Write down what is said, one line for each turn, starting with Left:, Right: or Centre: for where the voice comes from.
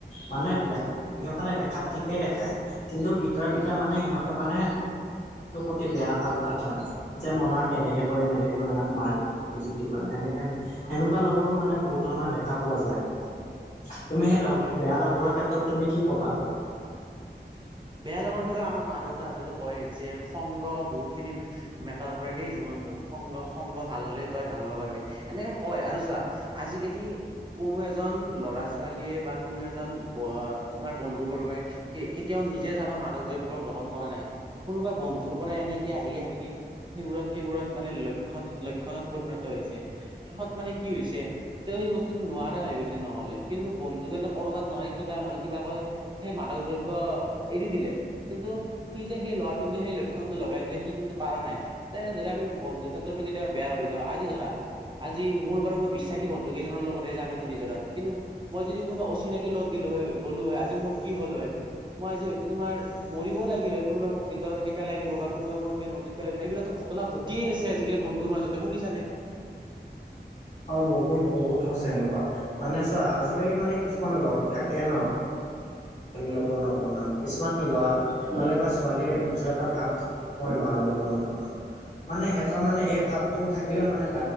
Left: মানে সেইসকলে
Right: উম,
Left: দেখাত ঠিকে দেখাই। কিন্তু ভিতৰে
Right: উম,
Left: ভিতৰে মানে সিহঁতে মানে প্ৰতি বেয়া ভাৱ এটা থয়। যে মই ইয়াক এনেকে কৰিম, এনেকে কৰিম, ইয়াক মাৰিম যিতি কৰিম এনেকে- সেনেকুৱা লগৰো মানে বহুত ধৰণৰ দেখা পোৱা যায়। তুমি সেই লগ
Right: হয় হয়।
Left: বেয়া লগৰ ক্ষেত্ৰত তুমি কি ক'বা?
Right: বেয়া লগৰ ক্ষেত্ৰত আমাৰ মা দেউতাহঁতেতো কয় যে সংঘ বহুত খিনি মেটাৰ কৰে দেই জীৱনটোত। সংগ সংগ ভাল হ'লে তই ভাল হ'ব পাৰিবি এনেকে কয়, আৰু চোৱা আজিকালি- কোনো এজন ল'ৰা ছো- ছোৱালীয়ে বা কোনো এজন তোমাৰ বন্ধু বৰ্গই কেতিয়াও নি- যে চাবা মাদক দ্ৰব্য গ্ৰহণ কৰা নাই, কোনোবা বন্ধুৰ পৰা এনেকে আহি আহি- সেইবোৰত সেইবোৰত মানে লক্ষণ লক্ষণত পৰিণত হৈছে, শেষত মানে কি হৈছে- ত' সেই বস্তুটো নোৱাৰা হৈ গৈছে নহ'লে। কিন্তু বন্ধুজনে কৰবাত নহয় কিবা নহয় কিবা কৈ- সেই মাদক দ্ৰব্য এৰি দিলে- কিন্তু সি যে সেই ল'ৰাটোক যে সেই লক্ষণটো লগাই দিলে সি কিন্তু পাৰা নাই। এনে দৰে আমি বন্ধুৰ ক্ষেত্ৰতো কেতিয়াবা বেয়া হৈ যাওঁ, আজি ধৰা- আজি মোৰ বাৰু মই বিশ্বাসী বন্ধু কেইজনৰ লগতহে যাম আজি নিজৰাত। কিন্তু- মই যদি কোনোবা অচিনাকি লগত গ'লো হয়, গ'লো হয় আজি মোৰ কি হ'ল হয়? মই আজি হয়তো তোমাৰ মৰিবই লাগিল হয়, কোনোবাই মোক নিজৰাত এনেকে পেলাই দিব বা কোনোবাই মই এনেকে নদীত পেলাই দিব, এইবিলাকতো- ঘটনা ঘটিয়েই আছে আজিকালি বন্ধুৰ মাজতে শুনিছানে।
Left: অঁ, বহুত বহুত হৈছে এনেকুৱা, মানে চোৱা আজিকালি মানে কিছুমান লগত থাকে ন। খালী
Right: উম,
Left: লগৰ নবনাও, কিছুমান- ল'ৰা হ'লে বা ছোৱালীৰ নিজৰ এটা ভাৱ মই ল'ৰা লগৰ নবনাও। মানে সিহঁতৰ মানে এই ভাৱটো থাকিলে বেয়া, মানে